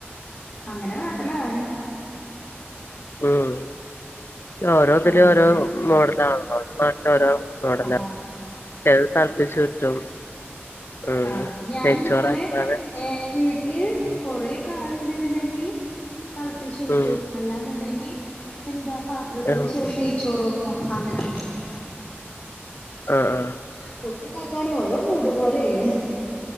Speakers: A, on the left; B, on the left.
A: അങ്ങനെ കാട്ടിലാണ്.
B: ഉം ഓരോ ഇതിലും
A: അങ്ങനെ
B: ഓരോ മോഡലാണല്ലോ നാട്ടി ഓരോ മോഡലാ.
A: ആഹ്
B: ചെലര് തളപ്പിച്ചു ഊറ്റും ഉം
A: ആ ഞാനിതുപോലെ
B: നെയ്ച്ചോറാക്കാതെ
A: ഏ വീട്ടില്
B: ഉം
A: കൊറേ ആൾ ഉണ്ടന്നുണ്ടെങ്കി തിളപ്പച്ച് ഊറ്റും.
B: ഉം
A: അല്ലാന്നുണ്ടെങ്കി എന്താ പാത്രത്തില്
B: ആ
A: ചോ നെയ്ച്ചോറ് വെക്കും അങ്ങനെകാണിക്കും.
B: ആഹ് ആഹ്
A: ഫുഡ് ഉണ്ടാക്കാൻ ഓരോ മൂട് പോലെയാണ്.